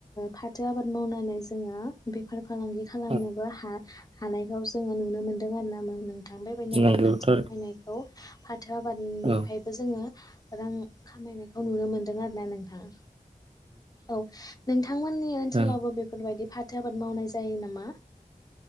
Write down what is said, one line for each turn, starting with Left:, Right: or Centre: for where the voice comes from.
Left: फाथो आबाद मावनानै जोङो बे फालांगि खालामनोबो
Right: औ
Left: हा हानायखौ जोङो नुनो मोनदों आरो ना। बेबायदिनो
Right: नंगौ
Left: रांखान्थि
Right: थारै
Left: खामायनायखौ फाथो बोथोर आबादनिफ्रायबो
Right: औ
Left: जोङो रां खामायनायखौ नुनो मोनदों आरो ना नोंथाङा औ। थांमोननि ओनसोलावबो
Right: औ
Left: बेफोरबायदि फाथो आबाद मावनाय जायो नामा?